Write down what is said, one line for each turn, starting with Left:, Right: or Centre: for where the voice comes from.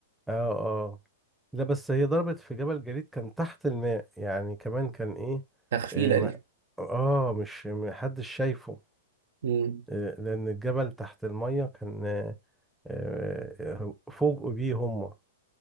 Centre: اه اه لا بس هي ضربت في جبل جليد كان تحت الماء يعني كمان كان ايه
Right: تخفيلة
Centre: إيه ما
Right: دي
Centre: اه مش محدش شايفه
Right: مم.
Centre: إيه لان الجبل تحت المية كان آه، آه، فوجئوا بيه هما